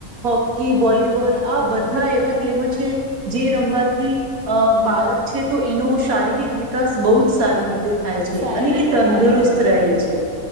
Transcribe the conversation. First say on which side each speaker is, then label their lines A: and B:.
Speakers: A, on the right; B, on the right.
A: હોકી વોલીબોલ આ બધા એવા એમ છે જે રમવાથી અ બાળક છે તો એનો શારીરિક વિકાસ બહુ જ સારી રીતે થાય છે
B: સારી
A: અને
B: રીતે
A: એ તંદુરસ્ત
B: થાય છે
A: થાયે છે